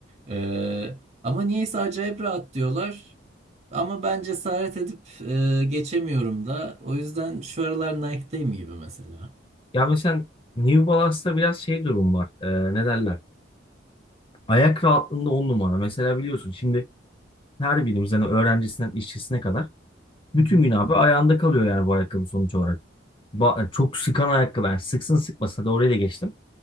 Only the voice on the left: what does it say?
Ya mesela New Balance'da biraz şey durum var. Ee, ne derler? Ayak rahatlığında on numara. Mesela biliyorsun şimdi her birimiz hani öğrencisinden işçisine kadar Bütün
gün abi ayağında kalıyor yani bu ayakkabı sonuç olarak. Ba- e, çok sıkan ayakkabı. Yani sıksın sıkmasa da oraya da geçtim.